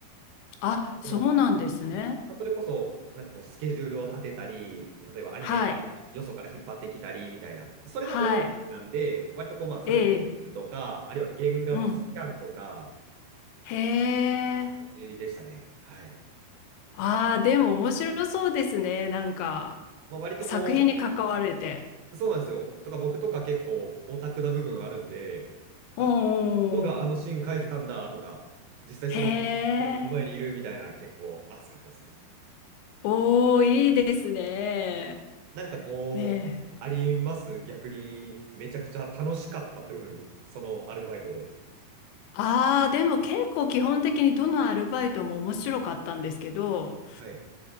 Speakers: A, on the left; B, on the right.
A: あ、
B: その
A: そうなんですね。
B: それこそ、なんかこう、スケジュールを立てたり、例えばアニメーターよそから引っ張ってきたりみたいな、
A: はい。
B: それのお手伝いなんで、
A: はい。
B: 割とこう、まあ、それこそ、
A: ええ。
B: とか、あるいは原画のスキャンとか、
A: うん。へえ。
B: 感じでしたね。はい。
A: ああ、でも面白そうですね。なんか、
B: まあ、割とこう、
A: 作品に関われて。
B: そうなんですよ。とか僕とか結構オタクな部分あるんで、あ、
A: おー
B: 人があのシーン書いてたんだとか、
A: おーお
B: 実際その
A: ー。へ
B: 目の前にいるみたいな結構熱かったですね。
A: え。おー、いいですね。
B: なんかこう、
A: ええ。
B: あります逆にめちゃくちゃ楽しかった部分、そのアルバイトで。
A: ああ、でも結構基本的にどのアルバイトも面白かったんですけど、
B: はい。